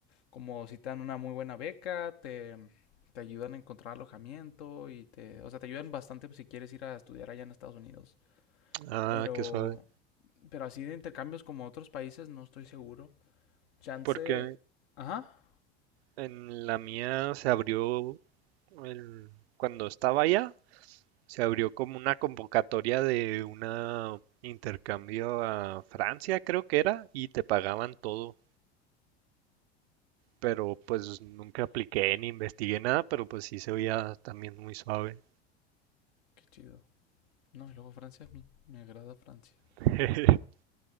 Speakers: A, on the left; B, on the right.
A: como si te dan una muy buena beca, te, te ayudan a encontrar alojamiento y te, o sea, te ayudan bastante si quieres ir a estudiar allá en Estados Unidos.
B: Ah,
A: Pero,
B: qué suave.
A: pero así de intercambios como otros países no estoy seguro. Chance,
B: Porque
A: ajá,
B: en la mía se abrió el- cuando estaba allá, Se abrió como una convocatoria de un intercambio a Francia, creo que era, y te pagaban todo. Pero pues nunca apliqué ni investigué nada, pero pues sí se veía también muy suave.
A: qué chido. No, y luego Francia, a mí me agrada Francia.
B: <laughs>